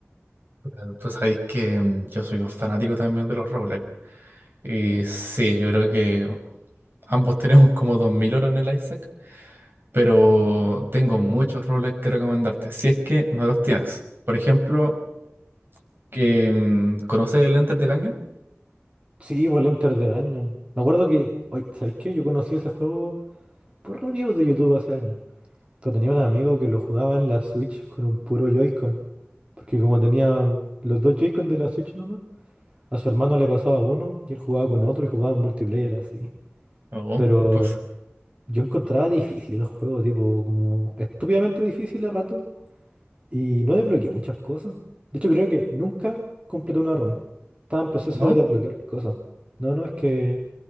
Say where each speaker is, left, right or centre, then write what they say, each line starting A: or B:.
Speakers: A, on the right (about 50°); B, on the right (about 25°).
A: pero tú sabéis que mm, yo soy un fanático también de los Roblox. Y sí, yo creo que ambos <laughs> tenemos como 2000 horas en el Isaac, pero tengo muchos Roblox que recomendarte, si es que no los tienes. Por ejemplo, que, mm, ¿conoces el Enter the Gungeon?
B: Sí, por el Enter the Gungeon. Me acuerdo que, oye, ¿sabéis qué? Yo conocí ese juego por reviews de YouTube hace años. Pero tenía un amigo que lo jugaba en la Switch con un puro Joy-Con, porque como tenía los dos Joy-Con de la Switch A su hermano le pasaba uno y él jugaba con otro y jugaban multiplayer así.
A: Oh,
B: Pero
A: pues,
B: yo encontraba difícil el juego, tipo, como estúpidamente difícil a rato. Y no desbloqueé muchas cosas. De hecho, creo que nunca completé una run. Estaba en proceso
A: ¿no?
B: de desbloquear cosas. No, no, es que